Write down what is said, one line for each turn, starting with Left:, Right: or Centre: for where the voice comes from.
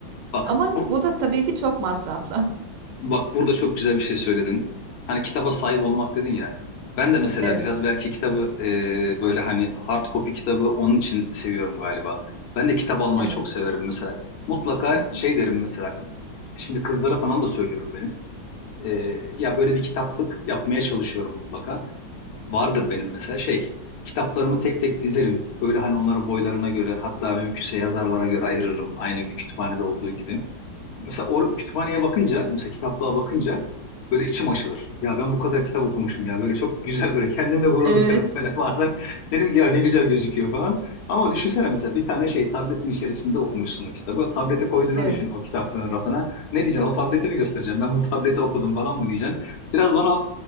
Left: Bak
Right: Ama
Left: bu
Right: bu da tabii ki çok masraflı. <laughs>
Left: bak burada çok güzel bir şey söyledin. Hani kitaba sahip olmak dedin ya. Ben de mesela
Right: Evet,
Left: biraz belki kitabı e, böyle hani hard copy kitabı onun için seviyorum galiba. Ben de kitap almayı
Right: evet.
Left: çok severim mesela. Mutlaka
Right: Hı hı.
Left: şey derim mesela. Şimdi kızlara falan da söylüyorum benim. E, ya böyle bir kitaplık yapmaya çalışıyorum mutlaka. Vardır benim mesela şey. Kitaplarımı tek tek dizerim. Böyle hani onların boylarına göre hatta mümkünse yazarlara göre ayırırım. Aynı bir kütüphanede olduğu gibi mesela or kütüphaneye bakınca, mesela kitaplığa bakınca böyle içim açılır. Ya ben bu kadar kitap okumuşum ya. Böyle çok güzel böyle kendimle gurur
Right: Evet,
Left: duyuyorum <laughs> böyle bazen. Dedim ki ya ne güzel gözüküyor falan. Ama düşünsene mesela bir tane şey tabletin içerisinde okumuşsun o kitabı. Tablete koyduğunu
Right: evet.
Left: düşün o kitaplığın rafına. Ne diyeceksin? O tableti mi göstereceğim? Ben bu tableti okudum falan mı diyeceksin? Biraz bana